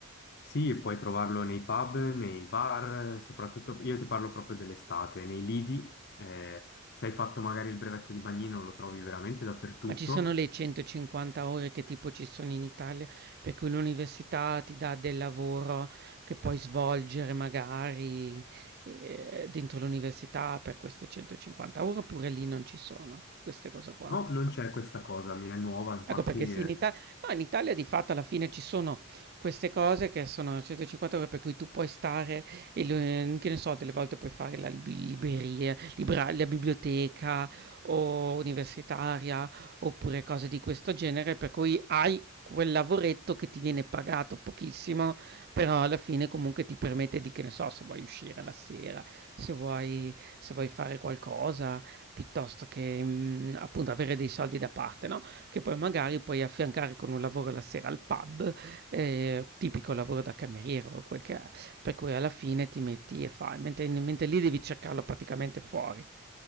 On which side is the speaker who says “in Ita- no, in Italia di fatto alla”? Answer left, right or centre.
Right